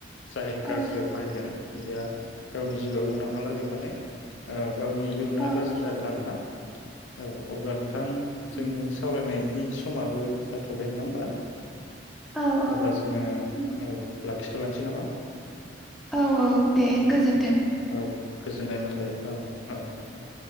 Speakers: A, on the left; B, in the centre.
A: जाय
B: औ
A: गाज्रियाव बाहायगोन बिहा गावनि जिउआव उनावहालागै माने गावनि इयुनाआ
B: औ
A: गाज्रि जागोन आरो ना औ अब्ला नोंथां
B: उम
A: जोंनि सावरायनायनि समाबो जाथ'बाय नङा होमबा
B: औ औ
A: अब्ला जोङो
B: उम
A: औ लाखिथ'लायनोसै नामा
B: औ औ दे गोजोन
A: औ गोजोननाय मोनबाय। औ औ दे।